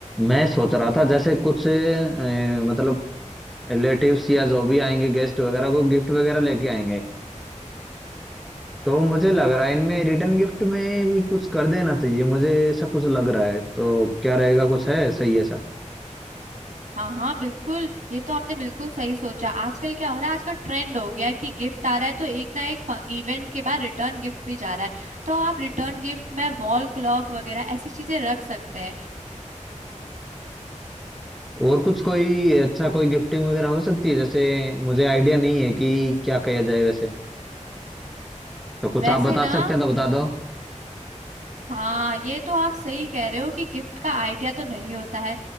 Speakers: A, in the centre; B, on the right (about 80°).
A: मैं सोच रहा था जैसे कुछ अ, मतलब रिलेटिव्स या जो भी आएंगे गेस्ट वगैरह को गिफ्ट वगैरह लेके आएंगे तो मुझे लग रहा है इनमें रिटर्न गिफ्ट में भी कुछ कर देना चाहिए मुझे ऐसा कुछ लग रहा है तो क्या रहेगा कुछ है सही ऐसा
B: हाँ हाँ बिल्कुल ये तो आपने बिल्कुल सही सोचा आजकल क्या हो रहा है आजकल ट्रेंड हो गया है कि गिफ्ट आ रहा है तो एक ना एक इवेंट के बाद रिटर्न गिफ्ट भी जा रहा है तो आप रिटर्न गिफ्ट में वॉल क्लॉक वगैरह ऐसी चीजें रख सकते हैं
A: और कुछ कोई अच्छा कोई गिफ्टिंग वगैरह हो सकती है जैसे मुझे आइडिया नहीं है कि क्या किया जाए वैसे तो कुछ
B: वैसे
A: आप बता
B: ना
A: सकते हैं तो बता दो
B: हाँ ये तो आप सही कह रहे हो कि गिफ्ट का आइडिया तो नहीं होता है